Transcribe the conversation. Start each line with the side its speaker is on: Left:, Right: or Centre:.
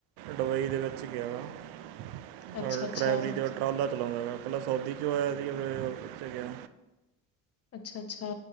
Right: ਡਬਈ ਦੇ ਵਿੱਚ ਗਿਆ ਵਾ
Left: ਅੱਛਾ-ਅੱਛਾ,
Right: ਟਰੈਵਰੀ ' ਟਰਾਲਾ ਚਲਾਉਂਦਾ ਹੈਾ ਪਹਿਲਾਂ ਸਾਊਦੀ 'ਚੋਂ ਆਇਆ ਸੀ ਫਿਰ ਉੱਚ ਗਿਆ
Left: ਅੱਛਾ ਅੱਛਾ